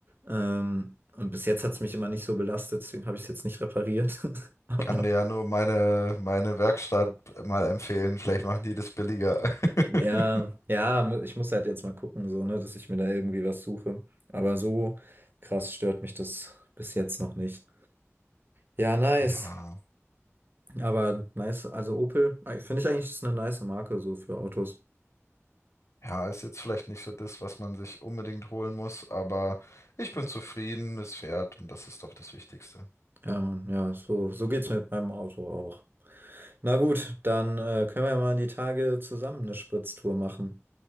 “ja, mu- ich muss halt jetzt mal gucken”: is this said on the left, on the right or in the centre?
Right